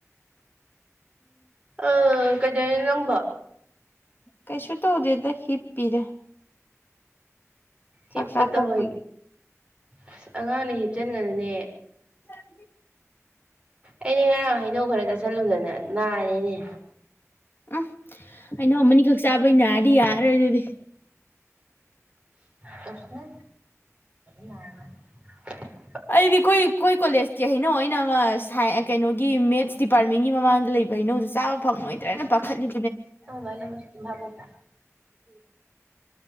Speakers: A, on the right; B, on the left.
A: ꯑ ꯀꯩꯗꯩꯅꯣ ꯅꯪꯕ
B: ꯀꯩꯁꯨ ꯇꯧꯗꯦꯗ ꯍꯤꯞꯄꯤꯔꯦ ꯆꯥꯛ
A: ꯍꯤꯞꯄ
B: ꯆꯥ
A: ꯇꯧꯍꯣꯏ
B: ꯇꯣꯛꯄꯒꯤ
A: ꯑꯁ ꯑꯉꯥꯡꯅ ꯍꯤꯞꯆꯟꯒꯅꯅꯦ
B: ꯆ
A: ꯑꯩꯗꯤ ꯉꯔꯥꯡ
B: <unintelligible>
A: ꯍꯩꯅꯧ ꯈꯔ ꯆꯥꯁꯤꯜꯂꯨꯗꯅ ꯅꯥꯔꯦꯅꯦ
B: ꯎꯝ ꯑꯩꯅ ꯑꯈꯛ ꯆꯥꯕꯩ ꯅꯔ ꯀꯗꯤ ꯌꯥꯔ ꯑꯣꯏ ꯑꯗꯨꯗꯤ
A: ꯀꯁꯅ ꯂꯔꯅ <unintelligible> <inaudible>
B: ꯑꯩꯗꯤꯈꯣꯏ ꯑꯩꯈꯣꯏ ꯀꯣꯂꯦꯖꯀꯤ ꯍꯩꯅꯣ ꯑꯣꯏꯅ ꯑꯃ ꯀꯩꯅꯣꯒꯤ ꯃꯦꯠꯁ ꯗꯤꯄꯥꯔꯠꯃꯦꯟꯒꯤ ꯃꯃꯥꯡꯗ ꯂꯩꯕ ꯍꯩꯅꯧꯗꯨꯣ ꯆꯥꯕ ꯐꯪꯉꯣꯏꯗ꯭ꯔꯅ ꯄꯥꯈꯠꯂꯤ
A: ꯣ ꯑꯗꯨꯥꯕ꯭ꯔꯥ